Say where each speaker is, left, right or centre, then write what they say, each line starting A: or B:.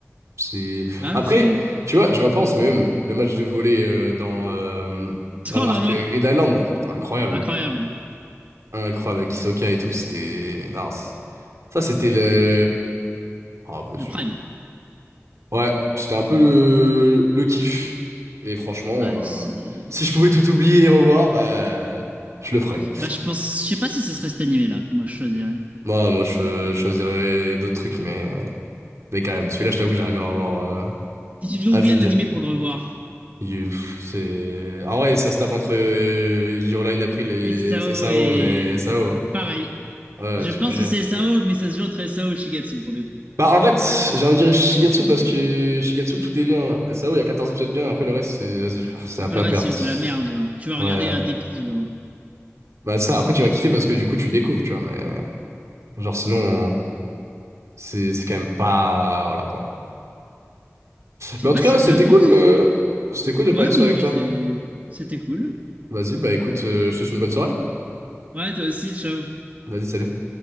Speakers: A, on the right; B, on the right.
A: C'est...
B: Bah
A: Après,
B: oui, c'est.
A: tu vois, je repense, mais même le match de volley euh, dans, euh,
B: <laughs>
A: dans
B: Oh
A: l'arc
B: là là!
A: euh, Grid Island, c'était incroyable.
B: Incroyable!
A: Incroyable, avec Hisoka et tout, c'était... Non, c'est- ça, c'était le... Oh, bah,
B: Le
A: je-
B: Prime.
A: Ouais, c'était un peu le, le kiff. Et franchement,
B: Ouais, c'est.
A: euh, si je pouvais tout oublier et revoir, bah, je le ferais.
B: Bah, je pense. Je sais pas si ce serait cet animé-là que moi je choisirais.
A: Moi, moi, je, je choisirais d'autres trucs, mais... Mais quand même, celui-là, je t'avoue que j'aimerais bien le revoir. euh,
B: Si tu devais
A: Avid.
B: oublier un animé pour le revoir,
A: You- pff, C'est... ah ouais, ça se tape entre euh, Your Line April et
B: SAO
A: SAO,
B: et.
A: mais SAO.
B: euh,
A: hein.
B: Pareil.
A: Ouais,
B: Je
A: c'est
B: pense
A: obligé.
B: que c'est SAO, mais ça se joue entre SAO et Shigatsu pour le coup.
A: Bah, en fait, j'ai envie de dire Shigatsu parce que Shigatsu, tout est bien. SAO, il y a 14 épisodes bien. Après, le reste, c'est... Vas-y, frère, c'est
B: Après
A: un peu
B: le
A: à
B: reste,
A: perte.
B: c'est juste de la merde, genre. Tu vas regarder
A: Ouais.
B: à dépit, genre.
A: Bah, ça, après, tu vas kiffer parce que du coup, tu découvres, tu vois. Mais, genre, sinon, c'est c'est quand même pas. Voilà, quoi.
B: Je
A: Mais
B: sais
A: en
B: pas
A: tout cas,
B: si
A: c'était
B: t'as vu.
A: cool.
B: t-
A: euh, C'était cool de parler
B: Ouais,
A: de ça
B: non,
A: avec
B: ouais,
A: toi.
B: c'est- c'était cool.
A: Vas-y, bah, écoute, euh, je te souhaite une bonne soirée.
B: Ouais, toi aussi, ciao.
A: Vas-y, salut.